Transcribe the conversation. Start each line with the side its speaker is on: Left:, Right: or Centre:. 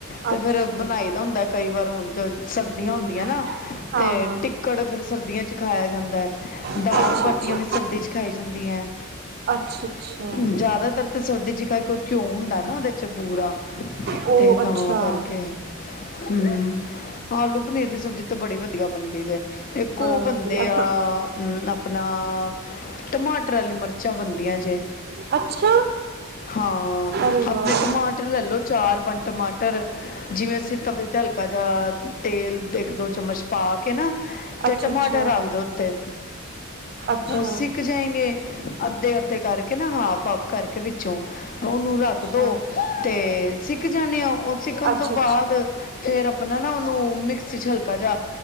Left: ਤੇ
Right: ਅੱਛਾ
Left: ਫੇਰ ਬਣਾਈ ਦਾ ਹੁੰਦਾ ਕਈ ਵਾਰ ਹੁਣ ਜੋ ਸਰਦੀਆਂ
Right: ਹਮ
Left: ਹੁੰਦੀਆਂ ਨਾ,
Right: ਹਾਂ
Left: ਤੇ
Right: ਹਾਂ
Left: ਘੜ ਫਿਰ ਸਰਦੀਆਂ ਚ ਖਾਇਆ ਜਾਂਦਾ ਹੈ
Right: ਅੱਛਾ
Left: ਦਾਲ ਬਾਟੀਆਂ
Right: ਅੱਛਾ
Left: ਵੀ ਸਰਦੀ ਚ ਖਾਈ ਜਾਂਦੀਆਂ
Right: ਅੱਛਾ ਅੱਛਾ
Left: ਜਿਆਦਾਤਰ ਤੇ ਸਰਦੀ ਚ ਕ ਕੋਈ ਘਿਉਂ ਹੁੰਦਾ ਨਾ ਉਹਦੇ ਚ ਪੂਰਾ
Right: ਉਹ
Left: ਤੇ
Right: ਅੱਛਾ
Left: ਤਾਂ ਕਰਕੇ ਹੂੰ, ਆਲੂ - ਪਨੀਰ ਦੀ ਸਬਜ਼ੀ ਤੇ ਬੜੀ ਵਧੀਆ ਬਣਦੀ ਹੈ। ਇਕ
Right: ਬੜਾ
Left: ਉਹ ਬਣਦੇ
Right: ਵਧੀਆ
Left: ਆ ਹੂੰ, ਆਪਣਾ ਟਮਾਟਰ ਆਲੀ ਮਿਰਚਾਂ ਬਣਦੀਆਂ ਜੇ।
Right: ਅੱਛਾ
Left: ਹਾਂ,
Right: ਅਰੇ
Left: ਆਪਣੇ
Right: ਵਾਹ
Left: ਟਮ ਟਮਾਟਰ ਲੈ ਲੋ। ਚਾਰ -ਪੰਜ ਟਮਾਟਰ। ਜਿਵੇਂ ਅਸੀਂ ਤਵੇ ਤੇ ਹਲਕਾ ਜਿਹਾ ਤੇਲ, ਇੱਕ- ਦੋ ਚਮਚ ਪਾ ਕੇ ਨਾ। ਤੇ
Right: ਅੱਛਾ
Left: ਟਮਾਟਰ ਰੱਖ ਦੋ ਉਥੇ,
Right: ਅੱਛਾ ਅੱਛਾ
Left: ਉਸ ਸਿਕ ਜਾਏਗੇ, ਅੱਧੇ - ਅੱਧੇ ਕਰਕੇ ਨਾ। ਹਾਫ- ਹਾਫ ਕਰਕੇ ਵਿੱਚੋਂ। ਉਹਨੂੰ ਰੱਖ
Right: ਅੱਛਾ
Left: ਦੋ, ਤੇ ਸਿੱਕ ਜਾਂਨੇ ਉ। ਉਹ ਸਿੱਕਣ
Right: ਅੱਛਾ
Left: ਤੋਂ ਬਾਅਦ। ਫੇਰ ਆਪਣਾ, ਨਾ ਉਹਨੂੰ ਮਿਕਸੀ 'ਚ ਹਲਕਾ ਜਿਹਾ